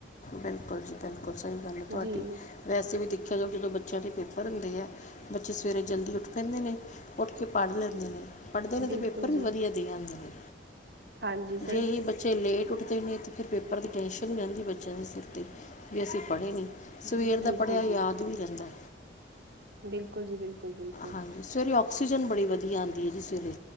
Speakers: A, on the left; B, on the right.
A: ਬਿਲਕੁਲ ਜੀ ਬਿਲਕੁਲ ਸਹੀ ਗੱਲ ਏ ਤੁਹਾਡੀ
B: ਜੀ
A: ਵੈਸੇ ਵੀ ਦੇਖਿਆ ਜਾਵੇ ਜਦੋਂ ਬੱਚਿਆਂ ਦੇ ਪੇਪਰ ਹੁੰਦੇ ਹੈ। ਬੱਚੇ ਸਵੇਰੇ ਜਲਦੀ ਉਠ ਪੈਂਦੇ ਨੇ ਉਠ ਕੇ ਪੜ੍ਹ ਲੈਂਦੇ ਨੇ। ਪੜ੍ਹਦੇ ਨੇ ਅਤੇ
B: ਬਿਲਕੁਲ
A: ਪੇਪਰ ਵੀ
B: ਜੀ
A: ਵਧੀਆਂ ਦੇ ਆਂਦੇ ਨੇ
B: ਹਾਂਜੀ
A: ਜੇ
B: ਸਹੀ
A: ਇਹ ਬੱਚ ਜੇ ਲੇਟ ਉਠਦੇ ਨੇ ਤਾਂ ਫਿਰ ਪੇਪਰ ਦੀ ਟੈਂਸ਼ਨ ਹੀ ਰਹਿੰਦੀ ਬੱਚਿਆਂ ਦੇ ਸਿਰ ਤੇ ਵੀ ਅਸੀਂ ਪੜ੍ਹੇ ਨਹੀਂ। ਸਵੇਰੇ ਦਾ
B: ਬਿਲਕੁਲ
A: ਪੜ੍ਹਿਆ ਯਾਦ
B: ਜੀ
A: ਵੀ ਰਹਿੰਦਾ।
B: ਬਿਲਕੁਲ ਜੀ ਬਿਲਕੁਲ-ਬਿਲਕੁਲ
A: ਹਾਂਜੀ ਸਵੇਰੇ ਆਕਸੀਜਨ ਬੜੀ ਵਧੀਆ ਆਂਦੀ ਹੈ ਜੀ ਸਵੇਰੇ